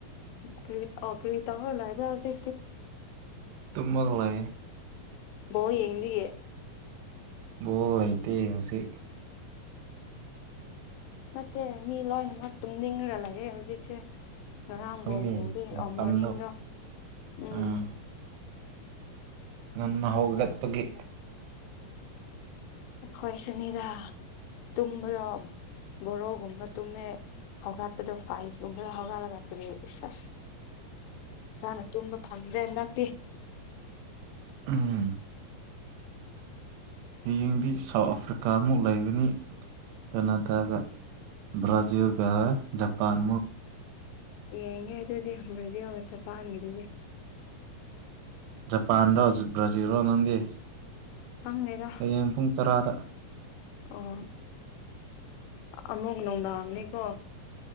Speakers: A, on the left (about 90°); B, on the right (about 85°).
A: ꯀꯇꯥ ꯑꯣ ꯀꯕꯤꯇꯥ ꯍꯣꯂꯏꯕ ꯁꯦ
B: ꯇꯃꯜ ꯂꯩꯏ
A: ꯕꯣ ꯌꯦꯡꯗꯤꯌꯦꯦ
B: ꯣ ꯑꯥꯏꯇꯩ ꯍꯧꯖꯤꯦ
A: ꯅꯠꯇꯦ ꯃꯤ ꯂꯣꯏꯅꯃꯛ ꯇꯨꯝ ꯅꯤꯡꯈꯂꯒꯦ ꯍꯧꯖꯤꯛꯁꯦ ꯉꯔꯥꯡꯐꯧ
B: ꯍꯣꯏꯅꯦ
A: ꯌꯦꯡꯕꯤꯔꯛꯑꯣ
B: ꯃꯇꯝꯗꯣ
A: ꯃꯣꯔꯅꯤꯡꯗꯣ ꯎꯝ
B: ꯑꯥ ꯉꯟꯅ ꯍꯧꯒꯒꯠꯄꯒꯤ
A: ꯑꯩꯈꯣꯏ ꯁꯨꯅꯤꯗ ꯇꯨꯝꯕꯗꯣ ꯕꯣꯔꯣꯒꯨꯝꯕ ꯇꯨꯝꯃꯦ ꯍꯧꯒꯠꯄꯗꯣ ꯐꯥꯏꯚꯒꯨꯝꯕꯗ ꯍꯧꯒꯠꯂꯒꯥꯛꯀꯅꯦ ꯑ ꯑꯁ ꯏꯁꯥꯅ ꯇꯨꯝꯕ ꯑꯗ꯭ꯔꯦ ꯌꯦꯟꯥꯛꯇ
B: ꯎꯝ ꯍꯌꯦꯡꯗꯤ ꯁꯥꯎꯠ ꯑꯐ꯭ꯔꯤꯀꯥꯃꯨꯛ ꯂꯩꯒꯅꯤ ꯀꯅꯥꯗꯥꯒ ꯕ꯭ꯔꯥꯖꯤꯤꯜꯒ ꯖꯄꯥꯥꯟ
A: ꯌꯦꯡꯉꯦ ꯑꯗꯨꯗꯤ ꯕ꯭ꯔꯥꯖꯤꯜ ꯖꯄꯥꯟꯒꯤꯗꯨꯗꯤꯡ
B: ꯖꯄꯥꯟ ꯔ ꯕ꯭ꯔꯥꯖꯤꯜ ꯔ ꯅꯪꯗꯤꯦ
A: ꯄꯪꯂꯗ
B: ꯍꯌꯦꯡ ꯄꯨꯡ ꯇꯔꯥꯗ
A: ꯑꯣ ꯑꯃꯨꯛ ꯅꯨꯡꯗꯥꯡꯅꯤꯀꯣ